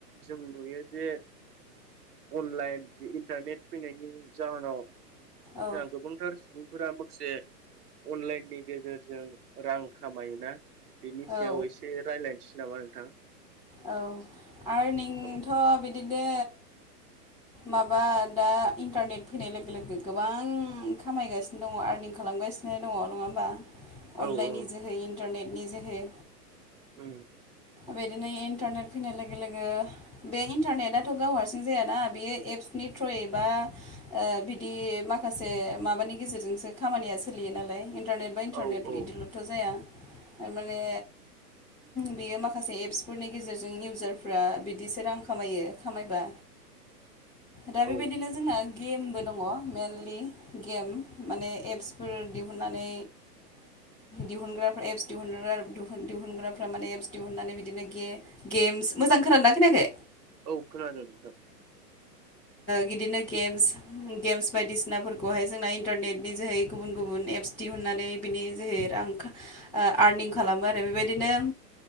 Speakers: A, on the right; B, in the centre.
A: जों नुयो जे अनलाइन ज इन्टारनेट फैनायनि जाहोनाव
B: औ
A: जोंहा गोबांथार सुबुंफोरा माखासे अनलाइननि गेजेरजों रां खामायोना बिनि सायाव
B: औ
A: एसे रायज्लायनोसै नामा नोंथां।
B: औ आरो नोंथां
A: औ
B: बिदिनो माबा दा इन्टारनेट फैनाय लोगो लोगो गोबां खामायगासिनो। दङ आर्निं खालामगासिनो दङ नङा होमबा
A: औ
B: अनलाइन
A: औ
B: नि जोहै इन्टारनेटनि जोहै
A: <inaudible>
B: बिदिनो इन्टारनेट फैनाय लोगो लोगो बे इन्टारनेटाथ' गाव हारसिं जायाना बियो एप्सनि थ्र'यैबा बिदि माखासे माबानि गेजेरजोंसो खामानिया सोलियो नालाय इन्टारनेट बा इन्टारनेट
A: औ औ
B: बिदिल'थ' जाया थारमाने बेयो माखासे माखासे एप्सफोरनि गेजेरजों इउजारफ्रा बिदिसो रां खामायो खामायबा दा बेबायदिनो
A: औ
B: जोंना गेमबो दङ मेइेनलि गेम माने एप्सफोर दिहुननानै दिहुनग्राफ्रा एप्स दिहुनग्रा दिहुनग्राफ्रा माने एप्स फटिउ होननानै बिदिनो गे गेम्स मोजां खोनानना खोनायाखै
A: औ खोनादों नों
B: बिदिनो गेम्स गेम्स बायदिसिनाफोरखौहाय जोंना इन्टारनेटनि जोहै गुबुन गुबुन एप्स दिहुननानै बिनि जोहै आं आरनिं खालामो आरो बेबायदिनो